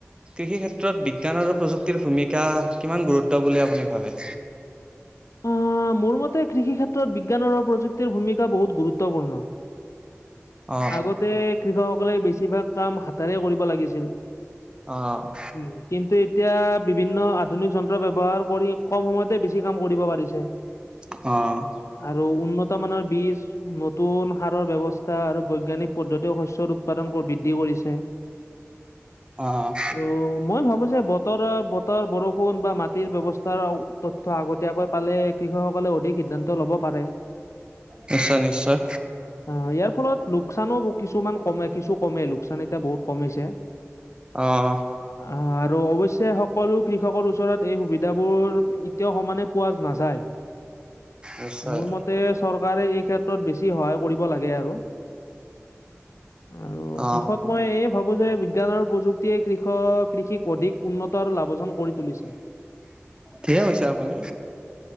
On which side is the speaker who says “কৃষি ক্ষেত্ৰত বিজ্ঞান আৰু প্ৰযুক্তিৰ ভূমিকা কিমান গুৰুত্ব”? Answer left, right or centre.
Right